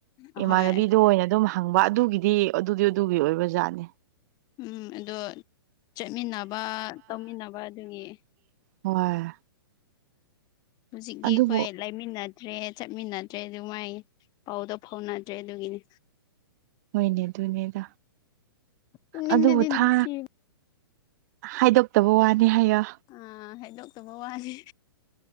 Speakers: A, on the left; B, on the right.
A: ꯑꯍꯣꯏ
B: ꯏꯃꯥꯟꯅꯕꯤꯗ ꯑꯣꯏꯅ ꯑꯗꯨꯝ ꯍꯪꯕ ꯑꯗꯨꯒꯤꯗꯤ ꯑꯗꯨꯗꯤ ꯑꯗꯨꯒꯤ ꯑꯣꯏꯕ ꯖꯥꯠꯅꯦ
A: ꯎꯝ ꯑꯗꯣ ꯆꯠꯃꯤꯟꯅꯕ ꯇꯧꯃꯤꯟꯅꯕ ꯑꯗꯨꯒꯤ
B: ꯍꯣꯏ꯫
A: ꯍꯧꯖꯤꯛꯇꯤ
B: ꯑꯗꯨꯕꯨ
A: ꯑꯩꯈꯣꯏ ꯂꯩꯃꯤꯟꯅ ꯠꯇ꯭ꯔꯦ ꯆꯠꯃꯤꯟꯅꯗ꯭ꯔꯦ ꯑꯗꯨ ꯃꯥꯏ ꯄꯥꯎꯗꯣ ꯐꯥꯎꯅꯗ꯭ꯔꯦ ꯑꯗꯨꯒꯤꯅꯤ
B: ꯍꯣꯏꯅꯦ ꯑꯗꯨꯅꯦꯗ
A: ꯄꯨꯛꯅꯤꯡꯗꯗꯤ
B: ꯑꯗꯨꯕꯨ ꯊꯥ
A: ꯅꯨꯡꯁꯤ
B: ꯍꯥꯏꯗꯣꯛꯇꯕ ꯋꯥꯅꯤ ꯍꯥꯏꯌ
A: ꯑꯥ ꯍꯥꯏꯩꯗꯣꯛꯇꯕ ꯋꯥꯅꯤꯦ